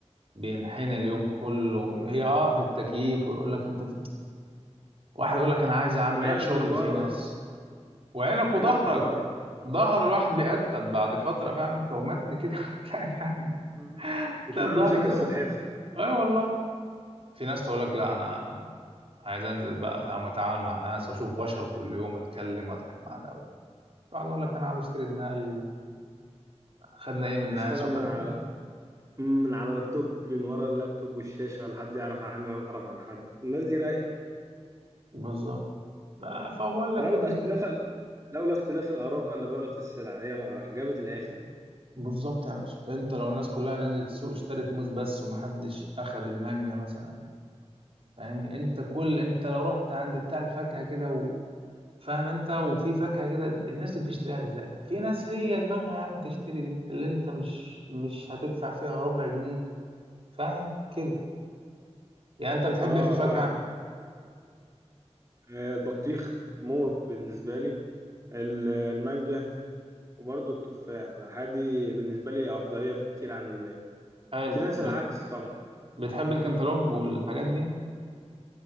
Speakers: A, on the right (about 55°); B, on the right (about 30°).
A: بينحني اليوم كله هي اه في التكييف ويقول لك انت في... واحد يقول لك انا عايز يا عم
B: وعينك
A: لا شغل
B: بتورم
A: فيه اه ناس وعينك
B: وعينك
A: وظهرك
B: بتورم
A: ظهر الواحد بيقتب بعد فتره فاهم انت ومتن كده <laughs> هتلاقي فاهم
B: آه.
A: هتلاقي
B: كنت بعمل
A: الظهر
B: شبه
A: كده
B: السلحفة
A: بس اي والله في ناس تقول لك لا انا عايز انزل بقى فاهم واتعامل مع ناس واشوف بشر كل يوم اتكلم واضحك مع ده واحد يقول لك انا عايز اشتري دماغي وخدنا ايه من الناس
B: بشتغل
A: وخدنا
B: من على
A: من
B: من على لابتوب من ورا اللابتوب والشاشة ولا حد يعرف عني ولا أعرف عن حد الناس دي رايقة
A: بالظبط آه، فبقول لك
B: فلولا
A: إن-
B: اختلاف ال... لولا اختلاف الآراء لبارت السلع هي ما- جابت الآخر
A: بالظبط يا باشا انت لو الناس كلها نزلت السوق اشترت موز بس ومحدش اخد المانجا مثلا فاهمني انت كل انت لو رحت عند بتاع الفاكهه كده و... فاهم انت وفي فاكهه كده الناس دي بتشتريها ازاي في ناس هي دماغها يا عم تشتري دي اللي انت مش مش هتدفع فيها ربع جنيه فاهم كده يعني انت بتحب
B: اه
A: ايه في الفاكهه
B: فاهمة آه، البطيخ موت بالنسبة لي ال- المانجا وبرضه التفاح الحادي بالنسبة لي أفضلية بكتير عن الباقي
A: حلو
B: في ناس
A: ب...
B: العكس طبعا
A: بتحب الكنتالوب والحاجات دي